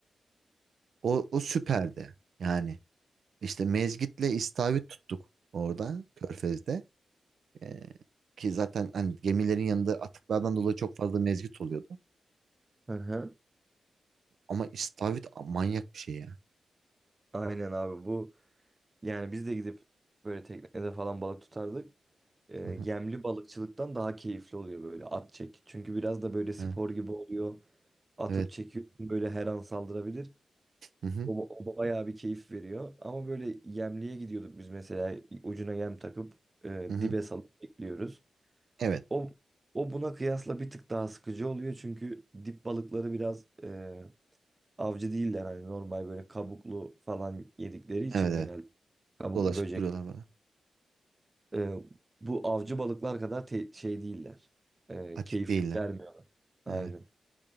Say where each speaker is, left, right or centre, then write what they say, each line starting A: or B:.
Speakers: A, on the right (about 65°); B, on the right (about 20°).
A: O, o süperdi. Yani işte Mezgit'le istavrit tuttuk orada Körfez'de. Ee, ki zaten hani gemilerin yanında atıklardan dolayı çok fazla mezgit oluyordu.
B: Hı hı.
A: Ama istavrit a- manyak bir şey ya.
B: Aynen abi bu yani biz de gidip böyle teknede falan balık tutardık. Ee,
A: Hı hı,
B: gemli balıkçılıktan daha keyifli oluyor böyle at çek. Çünkü biraz da böyle spor
A: hı,
B: gibi oluyor. Atıp
A: Evet.
B: çekiyorsun böyle her an saldırabilir.
A: Hı hı,
B: O, o bayağı bir keyif veriyor. Ama böyle yemliğe gidiyorduk biz mesela ucuna yem takıp e,
A: hı hı.
B: dibe salıp bekliyoruz.
A: Evet.
B: O, o buna kıyasla bir tık daha sıkıcı oluyor çünkü dip balıkları biraz e, avcı değiller hani normal böyle kabuklu falan yedikleri için
A: Evet evet.
B: genelde kabuklu
A: Dolaşıp
B: böcek.
A: duruyorlar bana.
B: E, bu avcı balıklar kadar te- şey değiller. E,
A: Atik
B: keyif
A: değiller.
B: vermiyor. Aynen.
A: Evet.